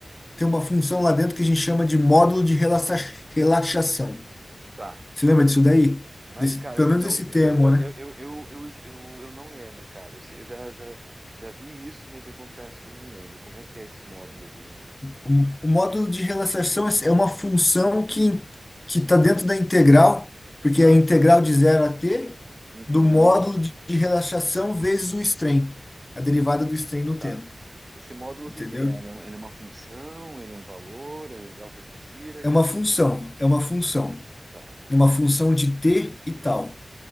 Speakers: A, on the left (about 30°); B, on the right (about 35°).
A: tem uma função lá dentro que a gente chama de módulo de relaxa- relaxação.
B: tá.
A: Você lembra disso daí?
B: Mas,
A: Desse-
B: cara,
A: pelo
B: não,
A: menos esse termo,
B: eu, eu,
A: né?
B: eu, eu, eu, eu, eu eu não lembro, cara. Eu, sei- eu já, já, já vi isso, mas eu confesso que eu não lembro. Como é que é esse módulo de relaxação,
A: O,
B: cara?
A: o módulo de relaxação é é uma função que que está dentro da integral, porque
B: Tá.
A: é a integral de zero a t
B: Uhum.
A: do módulo de, de relaxação vezes o strain, a derivada do strain no
B: Tá.
A: tempo,
B: Esse módulo, o
A: entendeu?
B: que que ele é? Ele é um- ele é uma função, ele é um valor, é um delta de Dirac.
A: É uma
B: que-
A: função, é uma função,
B: Tá.
A: é uma função de t e tal.